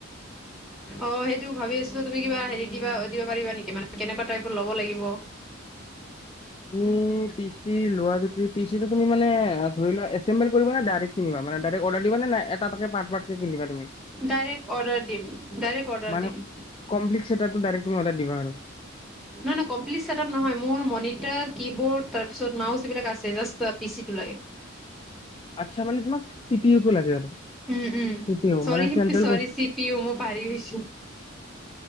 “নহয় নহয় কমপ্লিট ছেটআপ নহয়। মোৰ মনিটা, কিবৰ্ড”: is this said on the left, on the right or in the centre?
Centre